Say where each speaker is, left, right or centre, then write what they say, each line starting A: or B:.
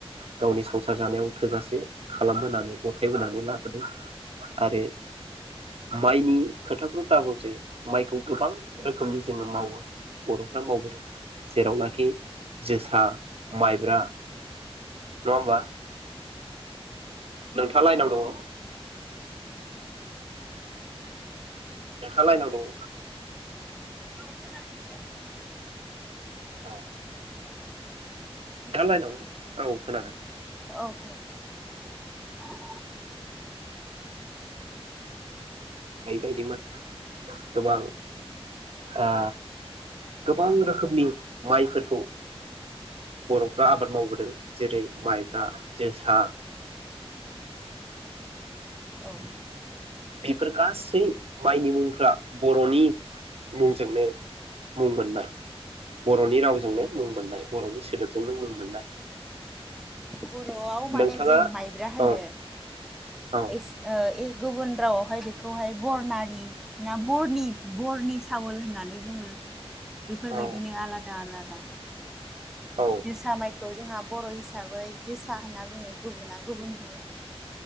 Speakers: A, on the right (about 70°); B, in the centre.
A: गावनि संसार जानायाव थोजासे खालामबोनानै गथायबोनानै लाबोदों आरो माइनि खोथाखौ दाबुंसै माइखौ गोबां रोखोमनि जोङो मावो बरफ्रा मावबोदों। जेरावनाखि जोसा माइब्रा नङा होमबा? नोंथांङा लाइनाव दङ? नोंथा लाइनाव दङ?
B: औ खोनादोंदे।
A: औ। नोंथाङा लाइनाव औ खोनादों।
B: औ <inaudible>
A: बैबायदिमोन गोबां ओ गोबां रोखोमनि माइफोरखौ बरफ्रा आबाद मावबोदों जेरै माइब्रा जोसा
B: औ
A: बेफोर गासै माइनि मुंफ्रा बरनि मुंजोंनो मुं मोननाय बरनि रावजोंनो
B: नंगौ
A: मुं मोननाय बरनि सोदोब जोंनो मुं मोननाय
B: बरआव माने
A: नोंथाङा
B: जों माइब्रा होनो
A: औ औ
B: इस ओ गुबुन रावआवहाय बेखौहाय बरनालि ना बरनि बरनि सावोल होननानै बुङो बेफोरबायदिनो
A: औ
B: आलादा आलादा
A: औ
B: जोसा माइखौ जोंहा बर हिसाबै जोसा होनना बुङो गुबुना गुबुन बुङो